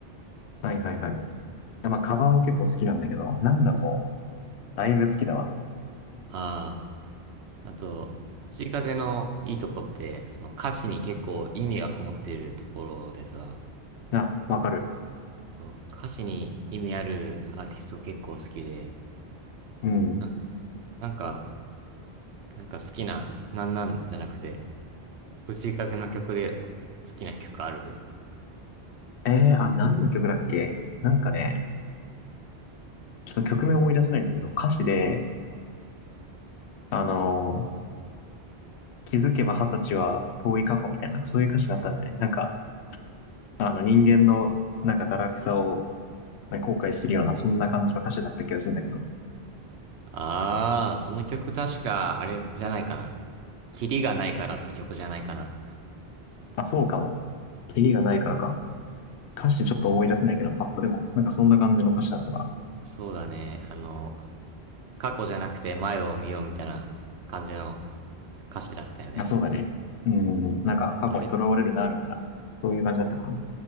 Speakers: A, on the left; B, on the right.
A: はいはいはい。まあ、カバーも結構好きなんだけど、なんなんもだいぶ好きだわ。
B: ああ。あと、藤井風のいいとこって、その歌詞に結構意味がこもっているところでさ、
A: あ、わかる。
B: そう、歌詞に意味あるアーティスト結構好きで、
A: うん。
B: なん、なんか、なんか好きな、なんなんじゃなくて、藤井風の曲で好きな曲ある
A: えー、あれ何の曲だっけなんかね、ちょっと曲名思い出せないんだけど、歌詞で、あのー気づけば二十歳は遠い過去みたいな、そういう歌詞があったじゃないなんか、あの人間のなんか堕落さを、ね、後悔するような、そんな感じの歌詞だった気がするんだけど、
B: ああー、その曲確か、あれじゃないかな。キリがないからって曲じゃないかな。
A: あ、そうかも。キリがないからか。歌詞ちょっと思い出せないけど、パッとでも、なんかそんな感じの歌詞だったか
B: そうだね、あの、過去じゃなくて前を見ようみたいな感じの歌詞だったよね。
A: ら。あ、そうだね。うん、なんか過去に囚われるな、
B: あれ
A: みたいな、そういう感じだったかな。